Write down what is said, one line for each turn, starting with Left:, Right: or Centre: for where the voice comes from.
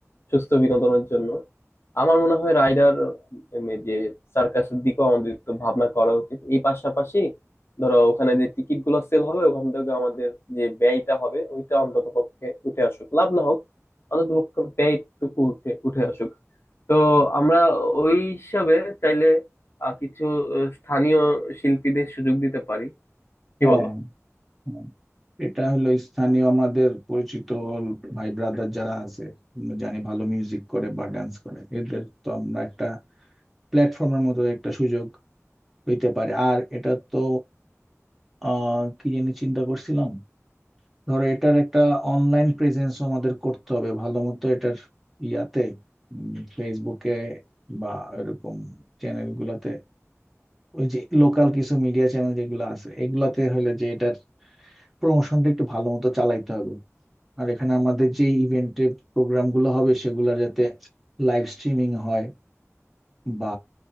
Left: সুস্থ বিনোদনের জন্য আমার মনে হয় রাইডার উম, এই যে সার্কাসের দিকেও আমাদের একটু ভাবনা করা উচিত এই পাশাপাশি ধরো ওখানে যে টিকিট গুলো সেল হবে ওখান থেকে আমাদের যে ব্যয়টা হবে ওইটা অন্তত পক্ষে উঠে আসুক লাভ না হোক অন্তত পক্ষে ব্যয়টুকু উঠে উঠে আসুক তো আমরা ওই হিসাবে চাইলে আহ, কিছু আহ, স্থানীয় শিল্পীদের সুযোগ দিতে পারি কি
Centre: হ্যাঁ
Left: বলো
Centre: হ্যাঁ এটা হলো স্থানীয় আমাদের পরিচিত ভাই ব্রাদার যারা আছে আমরা জানি ভালো মিউজিক করে বা ডান্স করে এদের তো আমরা একটা প্ল্যাটফর্মের মতো একটা সুযোগ পেতে পারি আর এটা তো আহ কি জানি চিন্তা করছিলাম ধরো এটার একটা অনলাইন প্রেজেন্সও আমাদের করতে হবে ভালো মতো এটার ইয়াতে ফেসবুকে বা এরকম চ্যানেল গুলাতে ওই যে লোকাল কিছু মিডিয়া চ্যানেল যেগুলো আছে এগুলাতে হলে যে এটা প্রমোশনটা একটু ভালো মতো চালাইতে হবে আর এখানে আমাদের যে ইভেন্টে প্রোগ্রামগুলো হবে সেগুলো যাতে লাইভ স্ট্রিমিং হয় বা